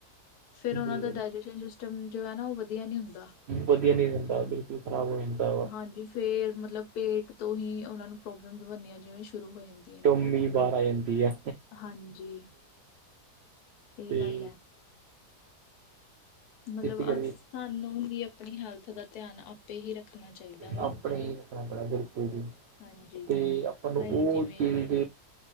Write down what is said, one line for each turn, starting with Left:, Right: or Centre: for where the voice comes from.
Left: ਫੇਰ ਉਹਨਾਂ
Right: ਜੀ
Left: ਦਾ ਡਾਇਜੈਸ਼ਨ ਸਿਸਟਮ ਜੋ ਹੈ, ਨਾ ਉਹ ਵਧੀਆ ਨਹੀਂ ਹੁੰਦਾ।
Right: ਵਧੀਆ ਨਹੀਂ ਹੁੰਦਾ ਵਾ, ਬਿਲਕੁਲ ਖਰਾਬ ਹੋ ਜਾਂਦਾ ਵਾ।
Left: ਹਾਂਜੀ ਫੇਰ ਮਤਲਬ ਪੇਟ ਤੋਂ ਹੀ ਉਹਨਾਂ ਨੂੰ ਪ੍ਰੋਬਲਮ ਬਣੀਆਂ ਜਿਵੇਂ ਸ਼ੁਰੂ ਹੋ ਜਾਂਦੀ।
Right: ਟੌਮੀ ਵਾਰ ਆ ਜਾਂਦੀ ਆ
Left: ਹਾਂਜੀ ਇਹ
Right: ਤੇ
Left: ਗੱਲ ਹੈ ਮਤਲਬ
Right: ਇਸ
Left: ਅ
Right: ਕਰਕੇ
Left: ਸਾਨੂੰ ਹੀ ਆਪਣੀ ਹੈਲਥ ਦਾ ਧਿਆਨ ਆਪੇ ਹੀ ਰੱਖਣਾ ਚਾਹੀਦਾ ਵਾ।
Right: ਆਪਣੇ ਹੀ ਰੱਖਣਾ ਬੜਾ ਬਿਲਕੁਲ ਜੀ।
Left: ਹਾਂਜੀ,
Right: ਤੇ ਆਪਾਂ ਨੂੰ
Left: ਕਈ
Right: ਉਹ
Left: ਜਿਵੇਂ
Right: ਚੀਜ਼